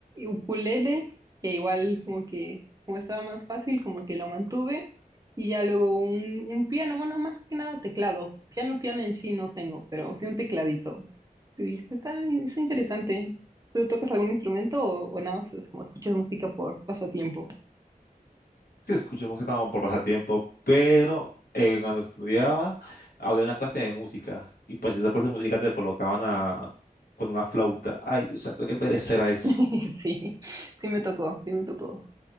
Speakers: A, on the right; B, on the left.
A: ukulele, que igual como que como estaba más fácil, como que lo mantuve y ya luego un, un piano, bueno, más que nada teclado. Piano, piano en sí no tengo, pero sí un tecladito. Y pues, está, es interesante. ¿Tú tocas algún instrumento o, o nada más es como escuchas música por pasatiempo?
B: sí escuché música como por pasatiempo, pero eh, cuando estudiaba había una clase de música y pues esa clase de música te colocaban a, con una flauta. Ay, Dios santo, qué pereza era
A: <laughs>
B: eso.
A: Sí, sí me tocó, sí me tocó.